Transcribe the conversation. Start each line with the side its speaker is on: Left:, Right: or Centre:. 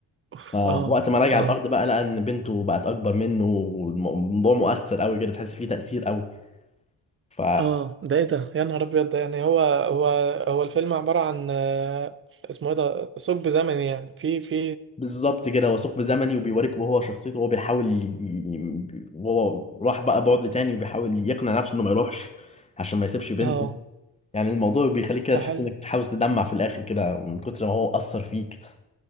Right: اوف
Left: فوقت
Right: اه
Left: ما راجع
Right: اه
Left: الارض بقى لقى ان بنته بقت اكبر منه والموضوع مؤثر قوي كده تحس فيه تاثير قوي ف
Right: اه ده ايه ده يا نهار ابيض ده يعني هو هو هو الفيلم عبارة عن آه، اسمه ايه ده ثقب زمني يعني في في
Left: بالظبط كده هو ثقب زمني وبيوريك وهو شخصيته وهو بيحاول ي... وهو راح بقى بعد تاني وبيحاول يقنع نفسه انه ما يروحش عشان ما يسيبش بنته
Right: اه
Left: يعني الموضوع بيخليك كده
Right: ده
Left: تحس
Right: حلو
Left: انك تحاول تدمع في الاخر كده من كتر ما هو اثر فيك